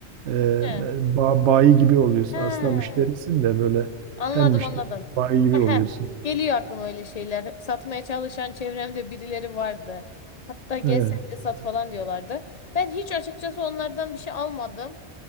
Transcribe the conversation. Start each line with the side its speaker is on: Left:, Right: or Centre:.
Right: Ee,
Left: he.
Right: ba- bayi gibi oluyorsun.
Left: Ha.
Right: Aslında müşterisin de böyle
Left: Anladım
Right: hem müşteri,
Left: anladım.
Right: bayi gibi
Left: Ehe,
Right: oluyorsun.
Left: Geliyor aklıma öyle şeyler. Satmaya çalışan çevremde birileri vardı. Hatta gel
Right: Evet.
Left: sen de sat falan diyorlardı. Ben hiç açıkçası onlardan bir şey almadım.